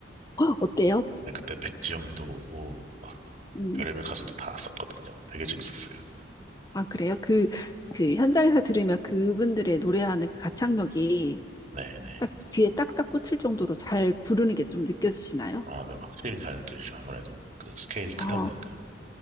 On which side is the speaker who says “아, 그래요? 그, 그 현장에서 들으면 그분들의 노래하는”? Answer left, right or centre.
Left